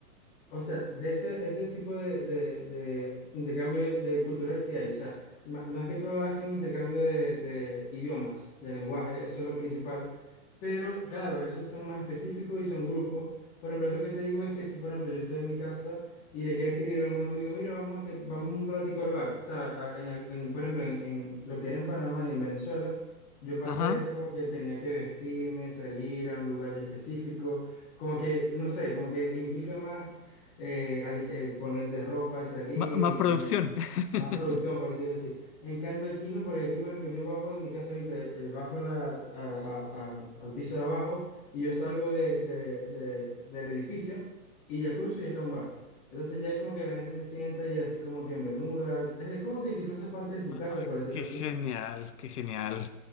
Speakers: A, on the left (about 20°); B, on the left (about 80°).
A: O sea, de ese, ese tipo de, de- de intercambio de cultural sí hay. O sea, ma- no es que todos hacen intercambio de, de idiomas, de lenguaje, eso es lo principal. Pero claro, esos son más específicos y son grupos. Por ejemplo, eso que te digo es que si, por ejemplo, yo estoy en mi casa y le quiero escribir a algún amigo, mira, vamos a que vamos un ratico al bar. ¿Sabes? A- En, el- en- por ejemplo, en, en lo que era en Panamá y en Venezuela, yo para
B: Ajá,
A: hacer esto como que tenía que vestirme, salir a un lugar ya específico, como que, no sé, como que implica más eh, ali- eh, poner de ropa y salir
B: M- más
A: y
B: producción.
A: caminar.
B: <laughs>
A: Más producción, por decirlo así. En cambio aquí no, porque aquí, por ejemplo, yo bajo de mi casa ahorita, eh, bajo la, a- a- a- al piso de abajo y yo salgo de, de- de- del edificio y ya cruzo y está un bar. Entonces ya es como que la gente se sienta y así como que en bermuda. Es como que si fuese parte de tu casa,
B: Ay,
A: por decirlo
B: qué
A: así.
B: genial, qué genial.